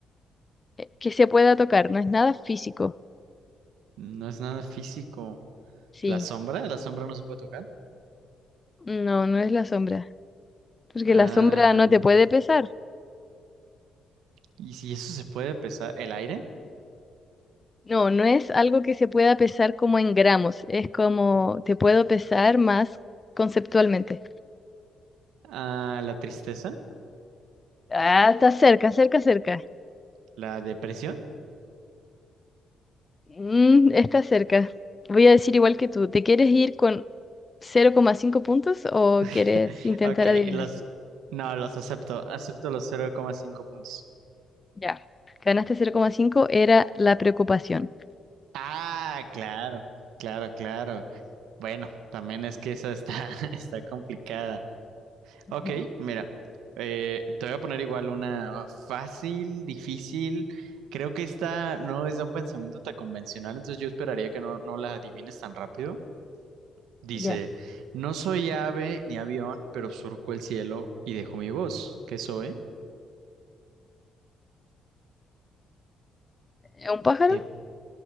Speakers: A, on the left; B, on the right.
A: eh, que se pueda tocar, no es nada físico.
B: No es nada físico.
A: Sí,
B: La sombra, la sombra no se puede tocar.
A: no, no es la sombra, porque
B: Ah,
A: la sombra no te puede pesar.
B: y si eso se puede pesar, el aire,
A: No, no es algo que se pueda pesar como en gramos, es como te puedo pesar más conceptualmente.
B: Ah, la tristeza,
A: Ah, está cerca, cerca, cerca.
B: la depresión.
A: Mm, está cerca. Voy a decir igual que tú, ¿te quieres ir con cero coma cinco puntos o quieres
B: <laughs>
A: intentar
B: Ok,
A: adivinarlo?
B: los... No, los acepto. Acepto los cero coma cinco puntos.
A: Ya. Ganaste cero coma cinco. era la preocupación.
B: Ah, claro, claro, claro. Bueno, también es que esa está, <laughs> está complicada.
A: Ujú,
B: Ok, mira, eh, te voy a poner igual una fácil, difícil. Creo que esta no es de un pensamiento tan convencional, entonces yo esperaría que no, no la adivines tan rápido. Dice,
A: Ya.
B: no soy ave ni avión, pero surco el cielo y dejo mi voz. ¿Qué soy?
A: ¿Es ¿Un pájaro?
B: Te